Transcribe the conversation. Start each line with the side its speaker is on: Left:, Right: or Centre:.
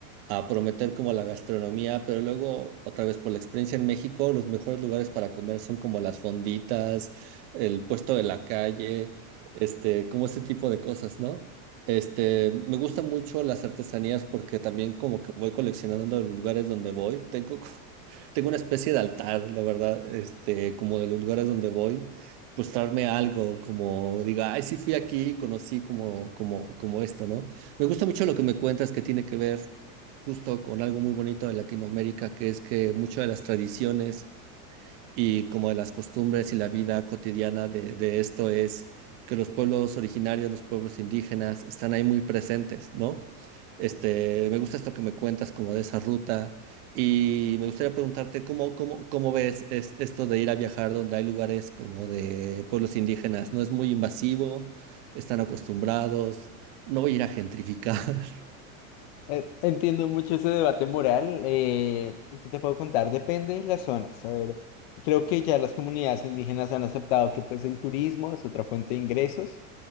Right: a prometer como la gastronomía, pero luego otra vez por la experiencia en México, los mejores lugares para comer son como las fonditas, el puesto de la calle, este, como ese tipo de cosas, ¿no? Este, me gustan mucho las artesanías porque también como que voy coleccionando los lugares donde voy. Tengo <laughs> tengo una especie de altar, la verdad, este, como de los lugares donde voy, pues traerme algo, como diga, ay, sí fui aquí, conocí como, como, como esto, ¿no? Me gusta mucho lo que me cuentas que tiene que ver justo con algo muy bonito de Latinoamérica, que es que muchas de las tradiciones y como de las costumbres y la vida cotidiana de, de esto es que los pueblos originarios, los pueblos indígenas, están ahí muy presentes, ¿no? Este, me gusta esto que me cuentas como de esa ruta y me gustaría preguntarte cómo, cómo, cómo ves es- esto de ir a viajar donde hay lugares como de pueblos indígenas, ¿no es muy invasivo? ¿Están acostumbrados? ¿No voy a ir a gentrificar? <laughs>
Left: Eh, Entiendo mucho ese debate moral. Eh, ¿qué te puedo contar? Depende de las zonas. A ver, creo que ya las comunidades indígenas han aceptado que pues el turismo es otra fuente de ingresos.